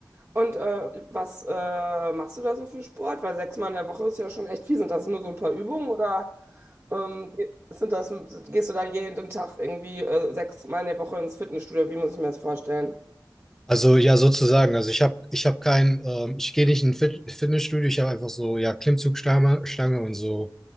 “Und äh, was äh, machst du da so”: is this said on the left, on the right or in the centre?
Right